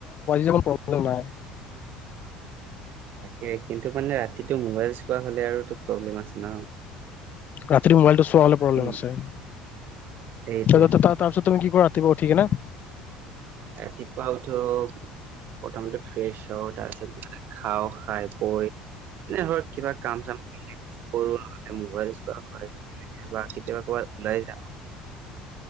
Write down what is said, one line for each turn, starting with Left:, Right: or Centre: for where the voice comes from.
Left: য প্ৰব্লেম নাই
Right: তাকে কিন্তু মানে ৰাতিটো মোবাইল চোৱা হলে আৰুো প্ৰব্লেম আছে ন
Left: ৰাতিৰ মোবাইলটো চোৱা হলে প্ৰব্লেম
Right: উম,
Left: আচে
Right: সেইটোৱে
Left: তাৰপিছত তুমি কি কৰা ঠিক ন
Right: ৰাতিপুৱা উঠো প্ৰথমতে ফ্ৰেছ হও তাৰপিছত ভাত খাও, খাই বৈ এনে ধৰক কিবা কাম চাম কৰোলে মোবাইল চোৱা হয় বা কেতিয়াবা কবাত ওলাই যাওঁ।